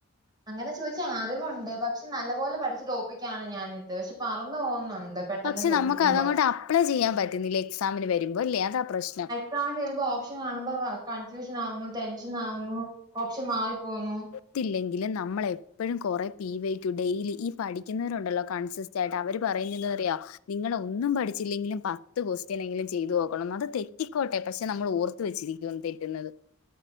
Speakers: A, on the right (about 20°); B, on the left (about 90°).
A: അങ്ങനെ ചോദിച്ചാ അറിവൊണ്ട് പക്ഷെ നല്ലപോലെ പഠിച്ചു തോപ്പിക്കയാണ് ഞാനിത് പക്ഷെ പറന്നു പോകുന്നുണ്ട് പെട്ടെന്ന്
B: പക്ഷെ
A: ചോദിക്കുമ്പോ.
B: നമുക്ക് അതങ്ങോട്ട് അപ്ലൈചെയ്യാൻ പറ്റുന്നില്ല എക്സാമിനുവരുമ്പോ അല്ലേ അതാപ്രശ്നം
A: എക്സാമിനു വരുമ്പോ ഓപ്ഷൻ കാണുമ്പോ കൺഫ്യൂഷൻ ആകുന്നു ടെൻഷനാകുന്നു ഓപ്ഷൻ മാറിപോകുന്നു
B: ത്തില്ലെങ്കിലും നമ്മള് എപ്പോഴും കൊറേ പി വൈ ടു ഡെയ്ലി ഈ പഠിക്കുന്നവരുണ്ടല്ലോ കൺസിസ് ചെടാവര് പറയുന്നതെന്തെന്നറിയോ നിങ്ങളൊന്നും പഠിച്ചില്ലെങ്കിലും പത്ത് ക്വസ്റ്റ്യനെങ്കിലും ചെയ്തു നോക്കണംന്ന് അത് തെറ്റിക്കോട്ടെ പക്ഷെ നമ്മൾ ഓർ ത്തുവെച്ചിരിക്കും തെറ്റുന്നത്